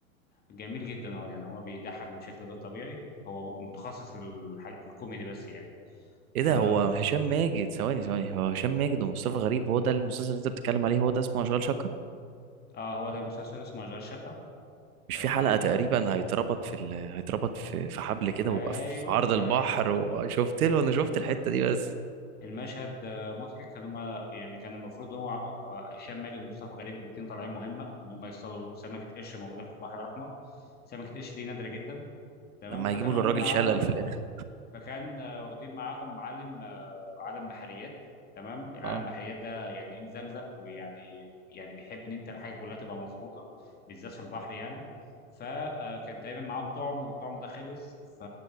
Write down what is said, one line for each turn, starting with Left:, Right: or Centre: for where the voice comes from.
Left: جميل جدا اه يعني هو بيضحك بشكل غير طبيعي هو متخصص في الحاج- في الكوميدي بس يعني
Right: ايه
Left: اه,
Right: ده هو هشام ماجد ثواني ثواني هو هشام ماجد ومصطفى غريب هو ده المسلسل اللي انت بتتكلم عليه هو ده اسمه اشغال شقه
Left: آه هو ده مسلسل اسمه اشغال شقه
Right: مش
Left: آه
Right: في
Left: طبعا
Right: حلقه تقريبا هيتربط في ال... هيتربط في في حبل كده
Left: ايوه
Right: ويبقى في عرض البحر
Left: ايوه
Right: وشفت
Left: مم،
Right: له انا شفت
Left: بالظبط
Right: الحته دي بس
Left: المشهد آه، مضحك كان هما يعني كان المفروض هو آه، هشام ماجد ومصطفى غريب الاثنين طالعين مهمه ان هم يصطادوا سمكه قرش موجوده في البحر الاحمر سمكه قرش دي نادره جدا تمام
Right: لما
Left: فكانوا
Right: هيجيبوا له
Left: واخدين
Right: الراجل
Left: معاهم
Right: شلل في الاخر
Left: فكان آه، واخدين معاهم عالم آه، عالم بحريات تمام العالم
Right: اه
Left: بحريات ده يعني ايه مزمزق ويعني يعني بيحب ان انت الحاجه كلها تبقى مظبوطه بالذات في البحر يعني فكان تقريبا معاهم طعم والطعم ده خلص ف